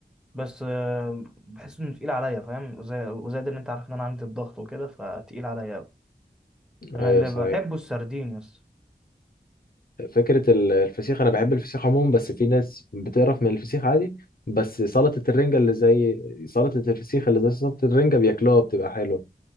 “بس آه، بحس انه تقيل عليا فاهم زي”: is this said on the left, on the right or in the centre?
Centre